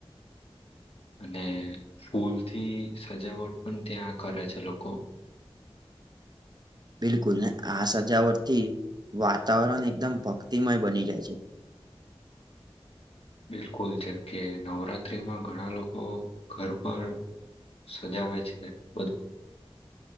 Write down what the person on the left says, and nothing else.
<inaudible> અને ફૂલથી સજાવટ પણ ત્યાં કરે છે લોકો <inaudible>
બિલકુલ જેમ કે નવરાત્રીમાં ઘણા લોકો ઘર પર સજાવે છે બદ